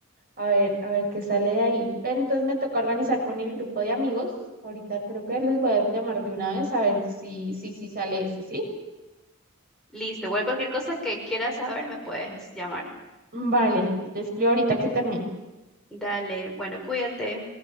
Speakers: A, on the right; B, in the centre.
A: A ver, a ver qué sale de ahí. Pero entonces me toca organizar con el grupo de amigos. Ahorita creo que les voy a llamar de una vez a ver si, si, si sale ese, ¿sí?
B: listo, igual cualquier cosa que quieras saber me puedes llamar.
A: Vale, te escribo ahorita que termine.
B: Dale, bueno, cuídate.